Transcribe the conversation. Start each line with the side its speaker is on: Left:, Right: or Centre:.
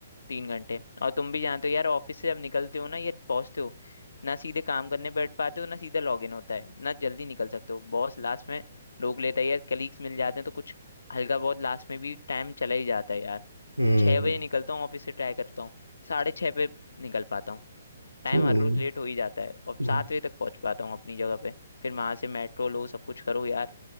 Left: तीन घंटे और तुम भी जानते हो यार ऑफिस से जब निकलते हो ना ये पहुंचते हो ना सीधे काम करने बैठ पाते हो ना सीधा लॉग इन होता है ना जल्दी निकल सकते हो बॉस लास्ट में रोक लेता है यार कलीग्स मिल जाते हैं तो कुछ हल्का बहुत लास्ट में भी टाइम चला ही जाता है यार
Right: हम्म
Left: छः बजे निकलता हूँ ऑफिस से ट्राई करता हूँ साढ़े छः पे निकल पाता हूँ टाइम
Right: हम्म
Left: हर रोज लेट हो ही जाता है और
Right: हम्म।
Left: सात बजे तक पहुंच पाता हूँ अपनी जगह पे फिर वहां से मेट्रो लो सब कुछ करो यार